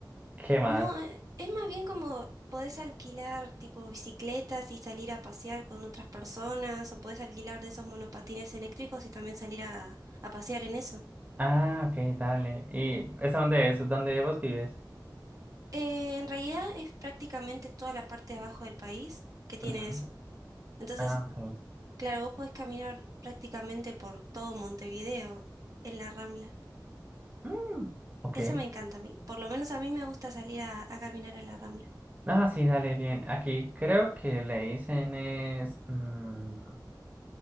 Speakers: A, on the right; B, on the right.
A: ¿qué más?
B: No, eh, es más bien como podés alquilar tipo bicicletas y salir a pasear con otras personas, o podés alquilar de esos monopatines eléctricos y también salir a, a pasear en eso.
A: Ah, ok, dale. ¿Y eso dónde es? ¿Dónde vos vives?
B: Eh, en realidad es prácticamente toda la parte de abajo del país que tiene
A: Ajá.
B: eso. Entonces,
A: Ah, ok.
B: claro, vos podés caminar prácticamente por todo Montevideo en la Rambla.
A: Mm, ok.
B: Eso me encanta a mí. Por lo menos a mí me gusta salir a, a caminar a la Rambla.
A: Ah, sí, dale, bien. Aquí creo que le dicen es... mm,